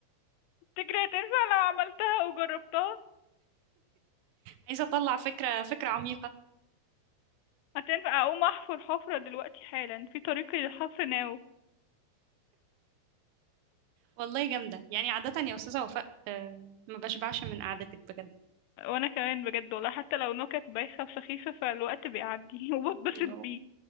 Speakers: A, on the left; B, on the right.
A: تجري هتنفع لو عملتها وجربتها
B: عايزة أطلع فكرة فكرة عميقة
A: هتنفع اقوم احفر حفرة دلوقتي حالا في طريقي للحفر ناوي
B: والله جامدة يعني عادة يا أستاذة وفاء ما بشبعش من قعدتك بجد
A: وانا كمان بجد والله حتى لو نكت بايخة وسخيفة فالوقت بيعدي <laughs> وبتبسط
B: لو-
A: بيه